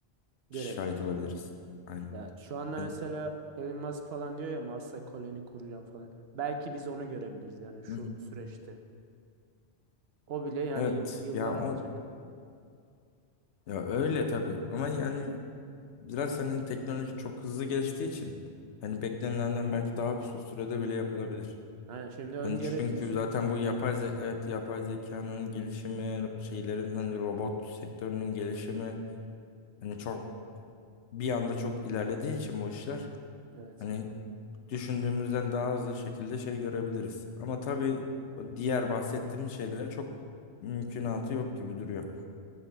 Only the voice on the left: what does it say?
şahit olabiliriz. Aynen.
Yani-
Hı hı.
evet.
Ya
o ya öyle tabii. Ama yani biraz hani teknoloji çok hızlı geliştiği için hani beklenilenden belki daha kısa sürede bile yapılabilir.
Hani çünkü zaten
bu yapay ze- evet yapay zekanın gelişimi, şeylerin hani robot sektörünün gelişimi hani çok bir anda çok ilerlediği için bu işler
Hani düşündüğümüzden daha hızlı şekilde şey görebiliriz. Ama tabii o diğer bahsettiğim şeylere çok mümkünatı yok gibi duruyor.